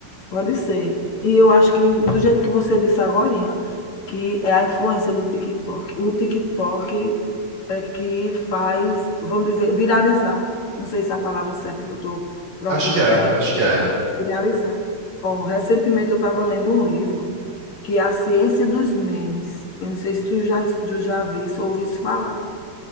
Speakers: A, on the left (about 60°); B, on the right (about 70°).
A: Pode ser. E eu acho que, do jeito que você disse agora, que é a influência do TikTok. O TikTok é que faz, vamos dizer, viralizar. Não sei se é a palavra certa que eu estou procurando
B: Acho que é,
A: é essa,
B: acho que é.
A: viralizar. Ó, recentemente eu estava lendo um livro que é A Ciência dos Memes. Eu não sei se tu já, tu já viste ou ouviste falar.